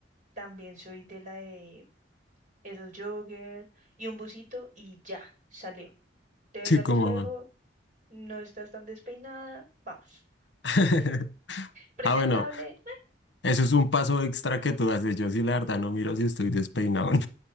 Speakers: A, on the right; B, on the left.
A: también soy de la de esos jogger y un busito y ya, salió. Te ves
B: Sí,
A: al
B: como...
A: espejo, no estás tan despeinada, vamos.
B: <laughs>
A: Presentable,
B: Ah, bueno. Eso es un paso extra que tú haces. Yo sí, la verdad, no miro si estoy despeinado o no.